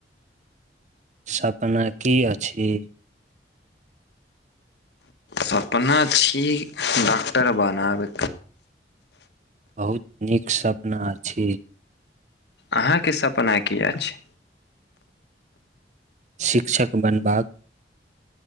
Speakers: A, on the right; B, on the left.
A: सपना की अछि।
B: सपना छी डॉक्टर बनाब।
A: बहुत नीक सपना अछी।
B: अहाँकेँ सपना की अछ।
A: शिक्षक बनबाक।